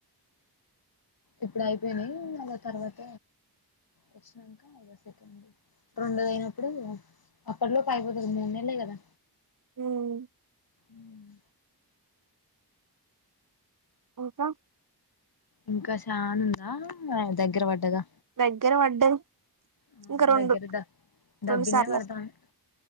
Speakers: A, on the left; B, on the right.
A: ఇప్పుడు అయిపోయినాయి, అదో తర్వాత వచ్చినాక ఐదో సెకం, రెండోది అయినప్పుడు అప్పలోకి అయిపోతుంది మూడు నెల్లె కదా
B: మ్
A: మ్
B: ఇంకా
A: ఇంకా చానుందా దగ్గర పడ్డగా
B: దగ్గర వడ్డది
A: ఆ
B: ఇంకా రెండు
A: దగ్గర ద దబ్బినే
B: రెండు సార్లు
A: పడతాంది